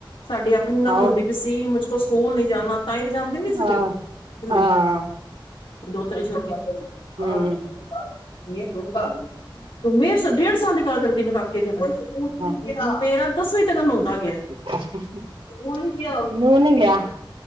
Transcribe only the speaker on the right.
ਹੋਰ
ਆਹ
ਆਹ
ਹਮ
ਹਾਂ
<inaudible>
ਨੂੰਹ ਨੀ ਗਿਆ